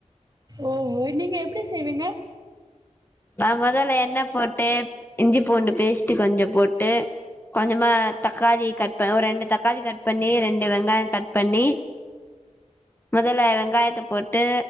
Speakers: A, on the right; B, on the left.
A: ஓஹோ நீங்க எப்டி செய்வீங்க
B: நா மெதல்ல எண்ணெய் போட்டு இஞ்சி பூண்டு பேஸ்ட்டு கொஞ்ச போட்டு கொஞ்சமா தக்காளி கட் பண் ஒரு ரெண்டு தக்காளி கட் பண்ணி ரெண்டு வெங்காயம் கட் பண்ணி மெதல வெங்காயத்த போட்டு